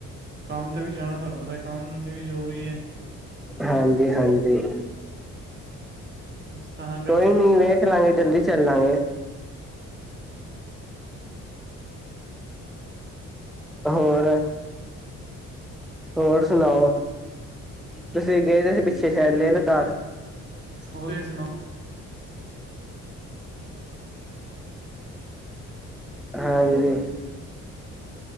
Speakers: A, on the right (about 35°); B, in the centre.
A: ਕੰਮ ਤੇ ਵੀ ਜਾਣਾ ਤੁਹਾਨੂੰ ਪਤਾ ਕੰਮ ਤੇ ਵੀ ਜ਼ਰੂਰੀ ਹੈ
B: ਹਾਂਜੀ-ਹਾਂਜੀ
A: ਬਸ ਤਾਂ ਕਰਕੇ
B: ਕੋਈ ਨੀ ਵੇਖ ਲਾਂਗੇ ਜਲਦੀ ਚੱਲ ਲਾਂਗੇ <inaudible> ਹੋਰ ਹੋਰ ਸੁਣਾਓ ਤੇ ਗਏ ਦੇ ਪਿੱਛੇ ਸ਼ੈਦ ਲੇਹ-ਲਦਾਖ
A: ਹੋਰ ਤੁਸੀਂ ਸੁਣਾਓ
B: ਹਾਂਜੀ